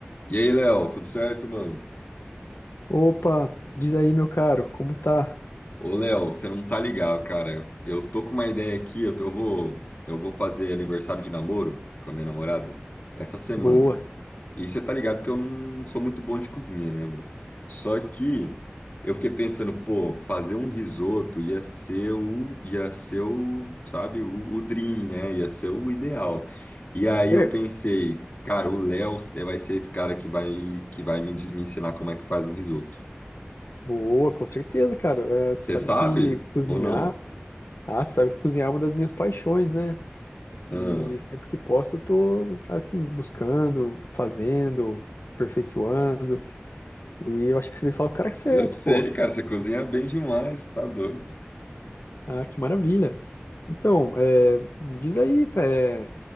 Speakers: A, on the left (about 45°); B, on the left (about 80°).
A: E aí, Léo, tudo certo, mano?
B: Opa, diz aí, meu caro, como tá?
A: Ô, Léo, você não tá ligado, cara. Eu tô com uma ideia aqui, eu, tô- eu vou, eu vou fazer aniversário de namoro com a minha namorada essa semana.
B: Boa,
A: E você tá ligado que eu não sou muito bom de cozinha, né, mano? Só que eu fiquei pensando, pô, fazer um risoto ia ser o, ia ser o, sabe, o, o dream, né? Ia ser o ideal. E aí
B: certo?
A: eu pensei, cara, o Léo vai ser esse cara que vai, que vai me, me ensinar como é que faz um risoto.
B: Boa, com certeza, cara. É, você sabe
A: Você sabe
B: que cozinhar,
A: ou não?
B: ah, você sabe que cozinhar é uma das minhas paixões, né?
A: Ah,
B: E sempre que posso, eu tô, assim, buscando, fazendo, aperfeiçoando. E eu acho que você veio falar com o cara é certo,
A: eu sei,
B: pô.
A: cara, você cozinha bem demais, tá doido.
B: Ah, que maravilha. Então, é, diz aí, é,